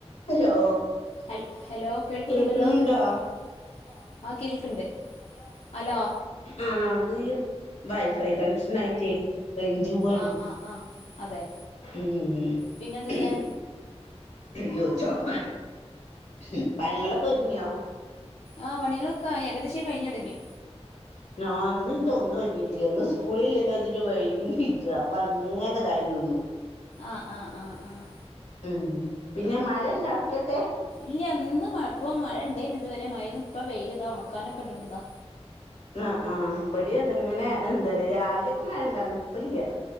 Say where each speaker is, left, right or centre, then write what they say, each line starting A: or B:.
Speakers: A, on the left (about 85°); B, on the left (about 65°).
A: ഹലോ
B: ഹയ് ഹെലോ കേൾക്കുന്നുണ്ടല്ലോ
A: കേക്കുന്നുണ്ടോ
B: ആഹ് ആഹ് കേൾക്ക്ണ്ട് ഹലോ ഹലോ
A: ആഹ് അത് ഈ വൈഫൈ കണക്ഷൻ ആയിറ്റേ റെയ്ഞ്ച് പൂവാണ്
B: ആ ആ ആ അതെ
A: ഉം
B: പിന്നെ എന്തൊക്കെയാ
A: ഉം യ്യോ ചൊമ ഹും പണികളൊക്കെ ഒര്ങ്ങ്യോ
B: ആഹ് പണികളൊക്കെ ആഹ് ഏകദേശം കഴിഞ്ഞ് തൊടങ്ങി
A: ന്നാ ആഹ് ന്ന്ഇന്റെ ഒന്നും ഒര്ങ്ങീട്ട്ല്ല ഇന്ന് സ്കൂള്ല്ലല്ലോച്ച്ട്ട് വൈകി നീച്ചു അപ്പ അങ്ങനെ ഇതായി നിന്നു
B: ആഹ് ആഹ് ആഹ് ആഹ്
A: ഉം പിന്നെ മഴെണ്ടൊ അവ്ട്ക്ക്യൊക്കെ
B: ഇല്ല്യ ഇന്ന് മഴ ഇപ്പൊ മഴ ഇണ്ടേയ്ന് ഇത് വെരെ മഴേര്ന്നു ഇപ്പ വെയ്ല്താ ഒണക്കാനൊക്കെ ഇട്ണ്താ
A: ആഹ് ആഹ് ഇബടി അതങ്ങനെ എന്താ പറയാ രാവിലെയൊക്കെ മഴ ഇണ്ടാന്നു ഇപ്പല്ല്യ